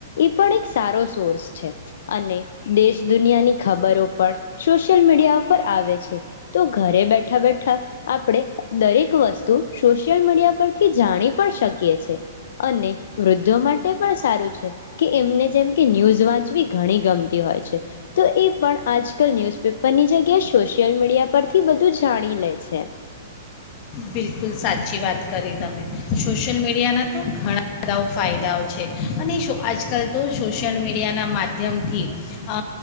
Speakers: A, on the left; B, on the left.
A: એ પણ એક સારો સોર્સ છે અને દેશ દુનિયાની ખબરો પણ સોશિયલ મીડિયા ઉપર આવે છે તો ઘરે બેઠા બેઠા આપણે દરેક વસ્તુ સોશિયલ મીડિયા પરથી જાણી પણ શકીએ છે અને વૃદ્ધો માટે પણ સારું છે કે એમને જેમ કે ન્યૂઝ વાંચવી ઘણી ગમતી હોય છે તો એ પણ આજ કલ ન્યૂઝપેપરની જગ્યા સોશિયલ મીડિયા પરથી બધું જાણી લે છે
B: બિલકુલ સાચી વાત કરી તમે સોશિયલ મીડિયાના તો ઘણા બધા ફાયદાઓ છે અને આજકાલ તો સોશિયલ મીડિયાના માધ્યમથી અ